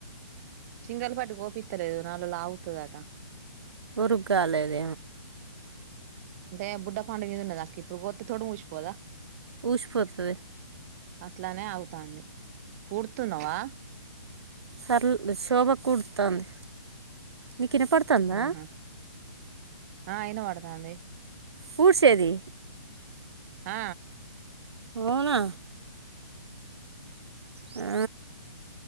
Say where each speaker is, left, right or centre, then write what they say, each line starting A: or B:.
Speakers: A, on the right (about 35°); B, on the right (about 75°).
A: సింగల్పాటి కోపిత్తలేదో నాలుగు రోజులు ఆవుతుదాట
B: రు కాలేగ
A: అంటే బుడ్డ పాడుగద ఉన్న నాకు ఇప్పుడు కొత్త తోడు మూసిపోదా
B: ఉష్పతది
A: అట్లానే అవుతంది ఊర్తున్నావా
B: సర్ల్ సోభ కుడుతాంది నీకు ఇనపడుతందా?
A: ఆహా ఆ ఇనపడతాంది
B: వూడ్సేది
A: ఆ
B: అవునా! ఆ